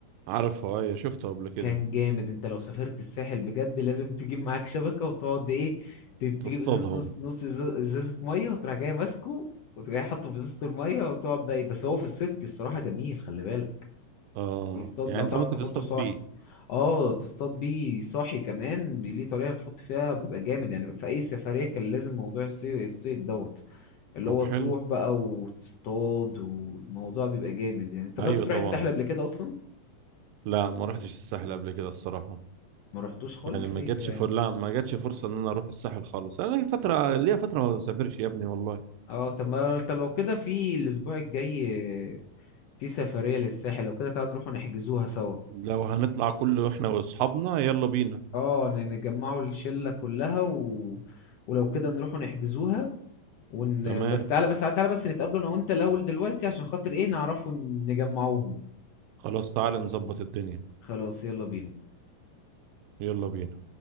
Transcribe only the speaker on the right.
عارفه ايوه شفته قبل كده
تصطادهم
اه
يعني
انت
ممكن
تصطاد
بيه
طب
حلو
ايوه
طبعا
لا ما رحتش الساحل قبل كده الصراحه
يعني ما
جاتش
فر... لا ما جاتش فرصه ان انا اروح الساحل خالص انا لي فتره ليا فتره ما بسافرش يا ابني والله
لو هنطلع كله احنا واصحابنا يلا بينا
تمام
خلاص تعالى نظبط الدنيا
يلا بينا